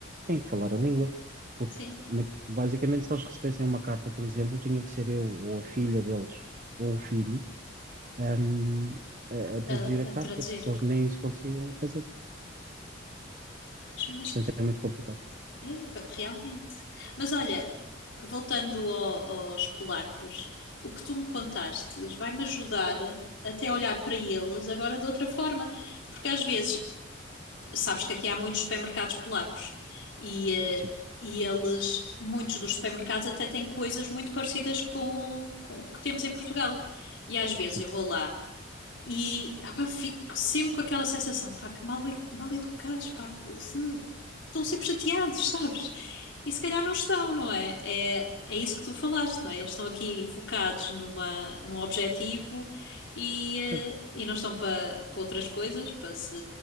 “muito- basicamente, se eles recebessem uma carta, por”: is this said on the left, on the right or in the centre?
Right